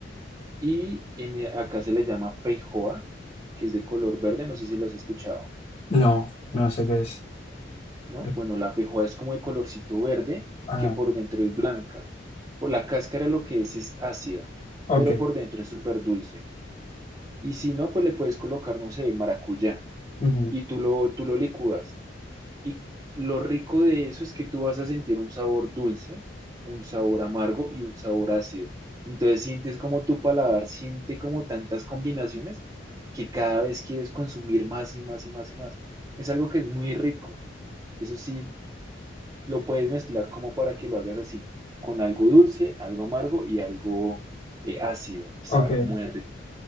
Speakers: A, on the right; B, on the left.
A: y en- acá se le llama feijoa, que es de color verde, no sé si lo has escuchado.
B: No, no sé qué es.
A: ¿no?
B: Eh,
A: Bueno, la feijoa es como de colorcito verde,
B: Ajá,
A: que por dentro es blanca. Por la cáscara lo que es es ácida,
B: ok.
A: pero por dentro es súper dulce. Y si no, pues le puedes colocar, no sé, maracuyá
B: Ujú,
A: y tú lo, tú lo licúas. Y lo rico de eso es que tú vas a sentir un sabor dulce, un sabor amargo y un sabor ácido. Entonces sientes como tu paladar siente como tantas combinaciones que cada vez quieres consumir más y más y más y más. Es algo que es muy rico. Eso sí, lo puedes mezclar como para que lo hagas así, con algo dulce, algo amargo y algo eh, ácido, y
B: ok.
A: sabe muy rico.